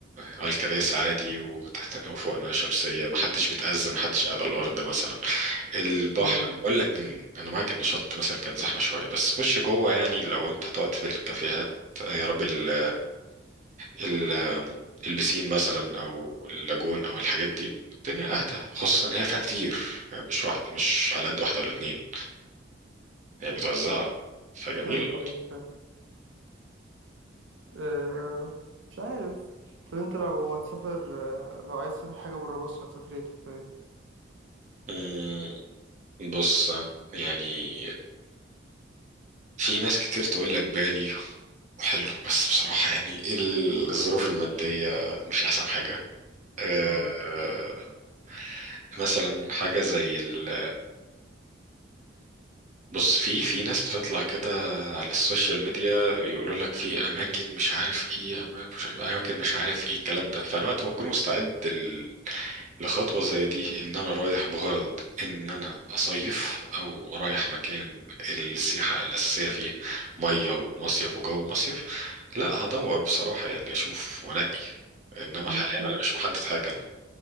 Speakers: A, on the right (about 40°); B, on the right (about 80°).
A: على الكراسي عادي وتحت وفوقنا شمسية محدش متأزم محدش قاعد على الأرض مثلا البحر
B: امم
A: أنا بقول لك إن- انا معاك ان الشط مثلا كان زحمه شويه بس خش جوه يعني لو انت تقعد في الكافيهات يا رب ال ال البسين مثلا او اللاجون او الحاجات دي الدنيا اهدى خصوصا ان هي فيها كتير يعني مش واحده مش على قد واحده ولا اتنين هي متوزعه فجميل
B: ايوه
A: برضه
B: ايوه فاهم آه مش عارف طب انت لو هتسافر آه، لو عايز تسافر حاجه بره مصر هتسافر ايه طيب
A: أمم، بص يعني في ناس كتير تقول لك بالي حلو بس بصراحة يعني الظروف المادية مش أحسن حاجة آه،
B: امم
A: مثلا حاجة زي ال... بص في في ناس بتطلع كده على السوشيال ميديا يقولوا لك في أماكن مش عارف إيه أماكن أماكن مش عارف إيه الكلام ده فأنا وقت ما أكون مستعد ال... لخطوة زي دي إن أنا رايح بغرض إن أنا أصيف أو رايح مكان السياحة الأساسية فيه مية ومصيف وجو مصيف لا هدور بصراحة يعني أشوف وأنقي إنما
B: بس
A: حاليا أنا مش محدد حاجة